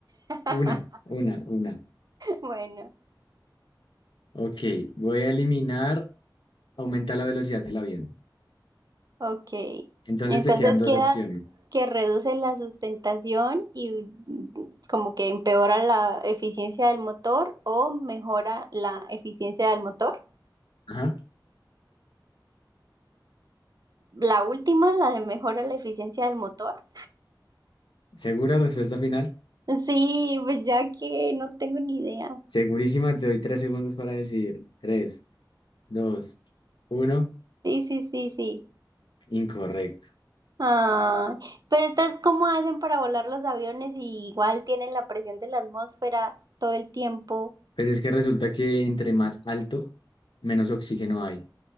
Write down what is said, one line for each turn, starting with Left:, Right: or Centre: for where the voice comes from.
Right: <laughs>
Left: Una, una, una.
Right: Bueno.
Left: Ok, voy a eliminar, aumenta la velocidad del avión.
Right: Ok,
Left: Entonces
Right: entonces
Left: te quedan dos
Right: queda
Left: opciones.
Right: que reduce la sustentación y mm, como que empeora la eficiencia del motor o mejora la eficiencia del motor.
Left: Ajá.
Right: La última, la de mejora la eficiencia del motor.
Left: ¿Segura respuesta final?
Right: Sí, pues ya que no tengo ni idea.
Left: Segurísima, te doy tres segundos para decidir. Tres, dos, uno.
Right: Sí, sí, sí, sí.
Left: Incorrecto.
Right: Ah, pero entonces, ¿cómo hacen para volar los aviones si igual tienen la presión de la atmósfera todo el tiempo?
Left: Pues es que resulta que entre más alto, menos oxígeno hay.